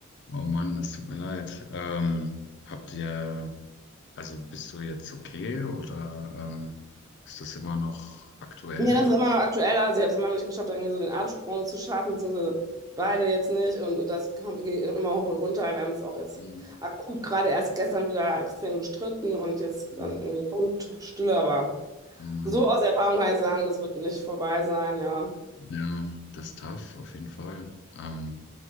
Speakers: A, on the left; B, on the right.
A: Oh Mann, das tut mir leid. Ähm, habt ihr, also bist du jetzt okay oder ähm, ist das immer noch aktuell?
B: Nee, das ist immer noch aktueller. Also ich habe es immer noch nicht geschafft, da irgendwie so den Absprung zu schaffen, beziehungsweise beide jetzt nicht. Und das kommt geht immer hoch und runter. Wir haben es auch jetzt
A: Mhm.
B: akut gerade erst gestern wieder extrem gestritten und jetzt
A: Mhm.
B: dann irgendwie Punktstille. Aber
A: Oh Mann.
B: so aus Erfahrung kann ich sagen, das wird nicht vorbei sein, ja.
A: Ja, das ist tough, auf jeden Fall. Ähm,